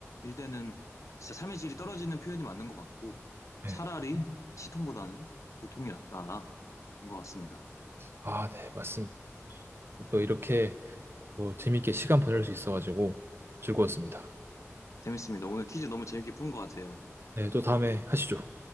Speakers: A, on the left; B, on the right.
A: 때는 진짜 삶의 질이 떨어지는 표현이 맞는 것 같고
B: 네.
A: 차라리 치통보다는 두통이 낫다인 것 같습니다.
B: 아, 네, 맞습니다. 또 이렇게 뭐 재밌게 시간 보낼 수 있어가지고 즐거웠습니다.
A: 재밌습니다. 오늘 퀴즈 너무 재밌게 푼 것 같아요.
B: 네, 또 다음에 하시죠.